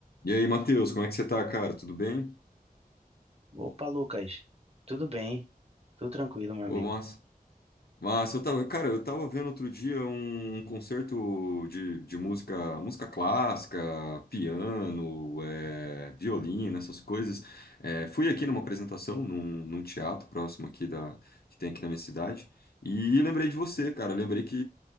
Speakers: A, on the left; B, on the right.
A: E aí, Matheus, como é que você tá, cara? Tudo bem?
B: Opa, Lucas. Tudo bem? Tudo tranquilo, meu
A: Ô,
B: amigo.
A: massa. Massa, eu tava, cara, eu tava vendo outro dia um um concerto de, de música, música clássica, piano, é, violino, essas coisas. É, fui aqui numa apresentação, num, num teatro próximo aqui da, que tem aqui na minha cidade, e lembrei de você, cara. Lembrei que,